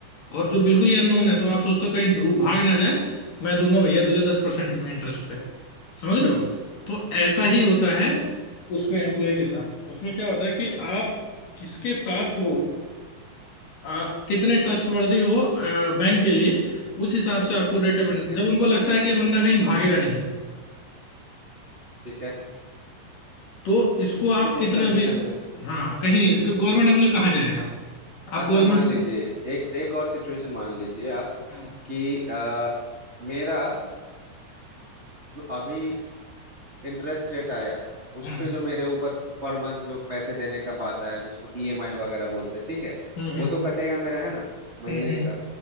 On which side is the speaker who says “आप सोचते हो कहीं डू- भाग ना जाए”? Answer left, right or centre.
Left